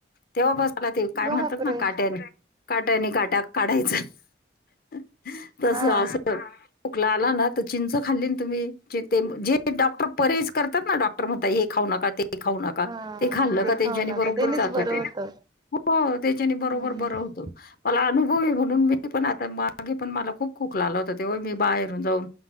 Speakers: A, on the left (about 50°); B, on the right (about 20°).
A: तेव्हा पासण मला ते काय
B: बापरे
A: म्हणतात ना काट्यानी काट्यानी काट्या काढायचं तस
B: हा
A: असं खोकला आला ना... तर चिंच खाल्ली तुम्ही ते जे डॉक्टर परहेज करतात ना डॉक्टर म्हणता हे खाऊ नका ते.. ते खाऊ नका
B: हा
A: ते खाल्लं का तेच्यानी
B: खाऊ नका
A: बरोबर
B: त्यानेच
A: जात
B: बरं
A: होतो.
B: होतं
A: हो त्याच्याने बरोबर
B: हम्म
A: बरं होतो मला अनुभवी म्हणून मी पण आता मागे पण मला... खूप खोकला आला होता तेव्हा मी बाहेरून जाऊन